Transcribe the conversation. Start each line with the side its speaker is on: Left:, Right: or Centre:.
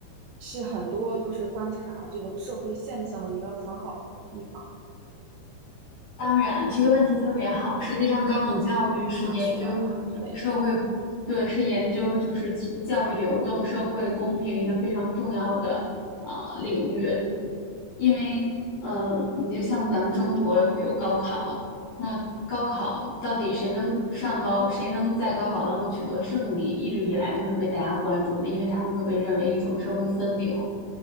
Right: 是很多就是观察这种社会现象的一个很好的一个地方，
Left: 当然，这个问题特别好。实际上，高等教育是研究
Right: 大学啊之类的。
Left: 社会，对，是研究就是教育流动、社会公平一个非常重要的呃领域。因为嗯，你就像咱们中国会有高考，
Right: 嗯
Left: 那高考到底谁能上高，谁能在高考当中取得胜利，一直以来就是被大家关注的，因为他们会被认为一种社会分流，